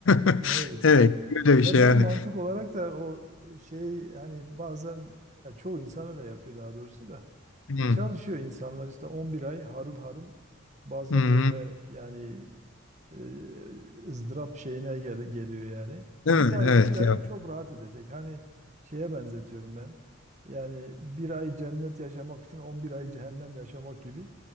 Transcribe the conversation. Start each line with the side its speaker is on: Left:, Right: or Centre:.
Left: <laughs>
Right: <laughs> Evet.
Left: Evet, böyle bir şey
Right: Ya ben
Left: yani.
Right: mantık olarak da o şey hani bazen ya çoğu insan öyle yapıyor daha doğrusu da.
Left: Hı,
Right: E, çalışıyor insanlar işte 11 ay harıl harıl bazen
Left: hı, hı.
Right: böyle yani e, ızdırap şeyine gel- geliyor yani.
Left: Değil
Right: Bir
Left: mi?
Right: ay
Left: Evet
Right: bir ay
Left: ya.
Right: çok rahat edecek. Hani şeye benzetiyorum ben. Yani bir ay cennet yaşamak için 11 ay cehennem yaşamak gibi.